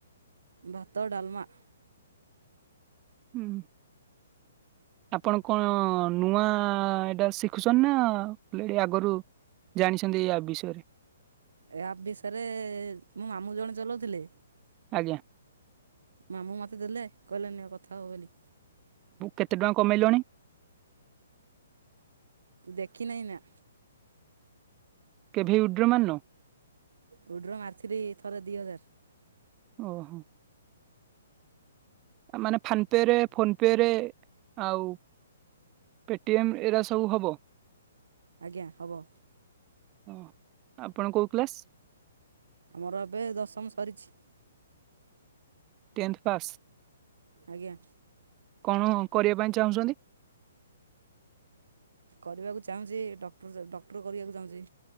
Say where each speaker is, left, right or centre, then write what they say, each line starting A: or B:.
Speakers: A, on the right (about 85°); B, on the right (about 20°).
A: ଭାତ ଡାଲମା।
B: <inaudible> ଆପଣ କଣ ନୂଆ ଏଇଟା ଶି ଶିଖୁଛନ୍ତି ନା ଏଇ ଆଗରୁ ଜାଣିଛନ୍ତି ୟା ବିଷୟରେ।
A: ଏ ଆପ ବିଷୟରେ ମୋ ମାମୁଁ ଜଣେ ଚଲଉଥିଲେ।
B: ଆଜ୍ଞା।
A: ମାମୁଁ ମୋତେ ଦେଲେ କହିଲେ ନିଅ କଥା ହବ ବୋଲି।
B: କେତେ ଟଙ୍କା କମେଇଲଣି।
A: ଦେଖିନାହିଁ ନା।
B: କେଭେ ଉଇ ଡ୍ର ମାରିନୁ।
A: ଉଇଡ୍ର ମାରିଥିଲି ଥରେ ଦି ହଜାର।
B: ଓହ। ମାନେ ଫାନ ପେ ରେ ଫୋନ ପ ପେରେ ଆଉ ପେଟିଏମ୍ ଏରା ସବୁ ହବ।
A: ଆଜ୍ଞା ହବ।
B: ହଁ ଆପଣ କୋଉ କ୍ଲାସ୍?
A: ମୋର ଏବେ ଦଶମ ସରିଛି।
B: Tenth pass.
A: ଆଜ୍ଞା।
B: କଣ କରିବା ପାଇଁ ଚାହୁଁଛନ୍ତି?
A: କରିବାକୁ ଚାହୁଁଛି ଡକ୍ଟର ଡକ୍ଟର କରିବାକୁ ଚାହୁଁଛି